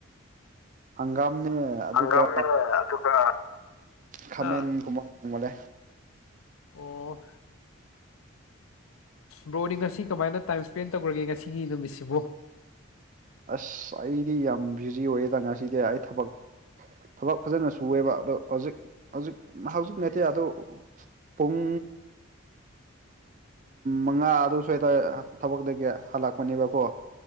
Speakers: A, on the right; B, on the left.
A: ꯍꯪꯒꯥꯝꯅꯦ ꯑꯗꯨꯒ
B: ꯍꯪꯒꯥꯝꯅꯦ ꯑꯗꯨꯒ
A: ꯈꯥꯃꯦꯟꯒꯨꯝꯕ
B: ꯑꯥ
A: ꯀꯂꯦ
B: ꯑꯣ ꯕ꯭ꯔꯣꯗꯤ ꯉꯁꯤ ꯀꯃꯥꯏꯅ ꯇꯥꯏꯝ ꯏꯁꯄꯦꯟ ꯇꯧꯈ꯭ꯔꯒꯦ ꯉꯁꯤꯒꯤ ꯅꯨꯃꯤꯠꯁꯤꯕꯨ
A: ꯑꯁ ꯑꯩꯗꯤ ꯌꯥꯝ ꯕꯤꯨꯖꯤ ꯑꯣꯏꯌꯦꯦꯗ ꯉꯁꯤꯗꯤ ꯑꯩ ꯊꯕꯛ ꯊꯕꯛ ꯐꯖꯅ ꯁꯨꯑꯦꯕ ꯑꯗꯣ ꯍꯧꯖꯤꯛ ꯍꯧꯖꯤꯛ ꯍꯧꯖꯤꯛ ꯅꯠꯇꯦ ꯑꯗꯣ ꯄꯨꯡ ꯃꯉꯥ ꯑꯗꯨ ꯁ꯭ꯋꯥꯏꯗ ꯊꯕꯛꯇꯒꯤ ꯍꯜꯂꯛꯄꯅꯦꯕꯀꯣ